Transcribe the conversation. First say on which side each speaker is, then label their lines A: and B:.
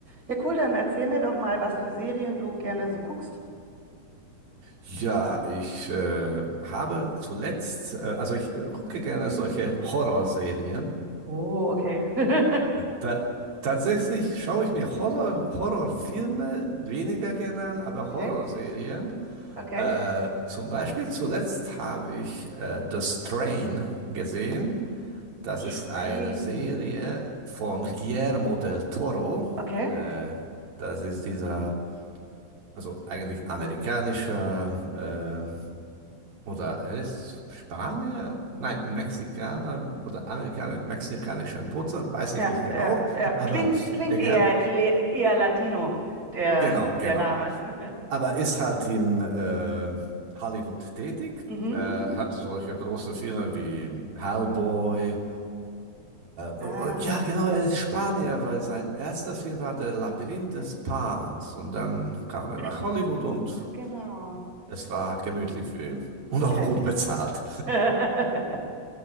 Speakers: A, on the right; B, on the right.
A: Ja, cool, dann erzähl mir doch mal, was für Serien du gerne so guckst.
B: Ja, ich äh, habe zuletzt, äh, also ich äh, gucke gerne solche Horrorserien.
A: Oh, okay. <laughs>
B: Da, tatsächlich schaue ich mir Horror, Horrorfilme weniger gerne an, aber
A: Okay,
B: Horrorserien.
A: okay.
B: Äh, zum Beispiel zuletzt habe ich äh, The Strain gesehen. Das
A: Train.
B: ist eine Serie von Guillermo del Toro.
A: Okay.
B: Äh, das ist dieser, also eigentlich amerikanischer äh, Oder er ist Spanier? Nein, ein Mexikaner oder Amerikaner mit mexikanischen Wurzeln, weiß
A: Ja,
B: ich nicht genau,
A: ja,
B: <laughs>
A: ja.
B: aber
A: Klingt, klingt
B: egal.
A: eher, eher Latino, der,
B: Genau, genau.
A: der Name. <laughs>
B: Aber ist halt in äh, Hollywood tätig,
A: Mhm,
B: äh, hat
A: mhm.
B: solche große Filme wie Hellboy.
A: Ah,
B: Oh, oh, ja, genau, er ist Spanier, weil sein erster Film war Der Labyrinth des Pans. Und dann kam er
A: Ah,
B: nach Hollywood und
A: genau.
B: es war gemütlich für ihn. Und
A: Okay.
B: auch gut bezahlt.
A: <laughs>